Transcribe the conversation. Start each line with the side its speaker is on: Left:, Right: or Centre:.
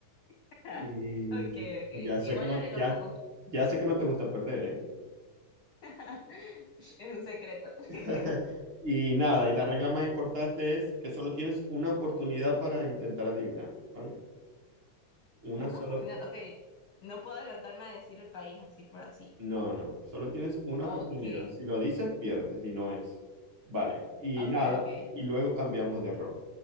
Left: <laughs>
Right: Y,
Left: Ok, ok.
Right: y ya sé
Left: Igual
Right: que no,
Left: yo haré lo
Right: ya,
Left: mismo con...
Right: ya sé que no te gusta perder, ¿eh?
Left: <laughs> Es un secreto. <laughs>
Right: <laughs> Y nada, y la regla más importante es que solo tienes una oportunidad para intentar adivinar, ¿vale? Una
Left: Una
Right: sola.
Left: oportunidad, ok. No puedo adelantarme a decir el país así por así.
Right: No, no, no, solo tienes una
Left: Ok,
Right: oportunidad. Si lo dices, pierdes, y no es. Vale, y
Left: ok,
Right: nada,
Left: ok.
Right: y luego cambiamos de error,